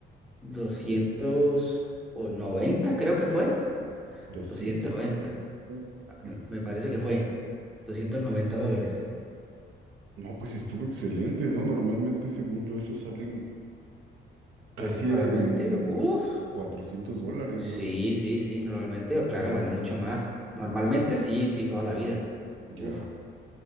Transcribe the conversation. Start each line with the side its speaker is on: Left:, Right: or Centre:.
Centre: 290 creo que fue.
Right: doscientos
Centre: 290,
Right: ¿no? Sí.
Centre: eh, me parece que fue. doscientos noventa dólares.
Right: No, pues estuvo excelente, ¿no? Normalmente, según yo, eso salen Casi
Centre: Pues normalmente,
Right: en
Centre: uff.
Right: 400 dólares,
Centre: Sí,
Right: ¿no?
Centre: sí, sí, normalmente, claro, vale mucho más. Normalmente
Right: Porque
Centre: sí, sí, toda la vida.
Right: ya.
Centre: Uf.